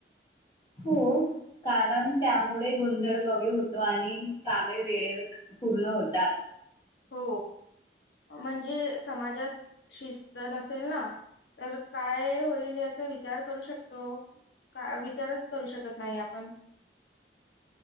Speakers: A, on the left; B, on the left.
A: हो कारण, त्यामुळे गोंधळ कमी होतो आणि कामे वेळेत पूर्ण होतात.
B: हो म्हणजे समाजात शिस्त नसेल ना, तर काय होईल? याचा विचार करू शकतो, का विचारच करू शकत नाही आपण?